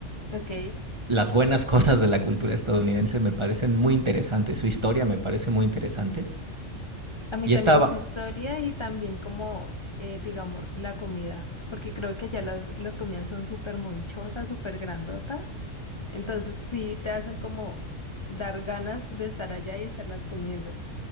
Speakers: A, on the left; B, on the right.
A: ok.
B: Las buenas <laughs> cosas de la cultura estadounidense me parecen muy interesantes, su historia me parece muy interesante.
A: A mí
B: Y
A: también
B: estaba,
A: su historia y también como, eh, digamos, la comida, porque creo que allá las, las comidas son súper monchosas, súper grandotas, entonces sí te hacen como dar ganas de estar allá y estarlas comiendo.